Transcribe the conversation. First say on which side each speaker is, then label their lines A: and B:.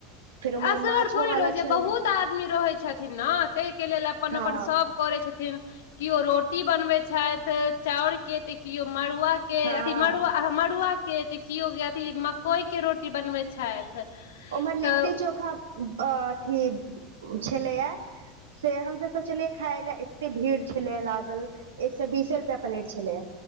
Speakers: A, on the right (about 80°); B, on the left (about 75°).
A: हे फेर उम्हर
B: असगर
A: माछो
B: थोड़े
A: वाला
B: रहैत छै
A: छलै
B: बहुत आदमी रहैत छथिन ने ताहिके लेल अपन
A: हँ
B: अपन सभ करै छथिन केओ रोटी बनबै छथि चाउर के तऽ केओ मड़ुआ के
A: हँ
B: अथी मड़ु मड़ुआके तऽ केओ अथी मकइके रोटी बनबै छथि
A: ओमर
B: तऽ
A: लिट्टी चोखा अथी छलै या से हम त सोचलियै खााय ले एते भीड़ छले लागल एक सए बीसे रुपआ पलेट छलैए